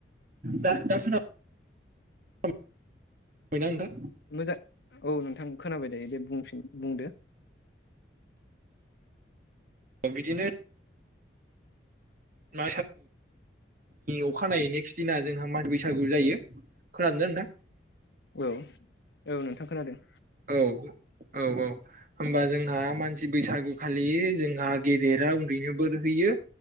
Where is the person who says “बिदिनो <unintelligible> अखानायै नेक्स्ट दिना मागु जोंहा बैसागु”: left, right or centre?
Right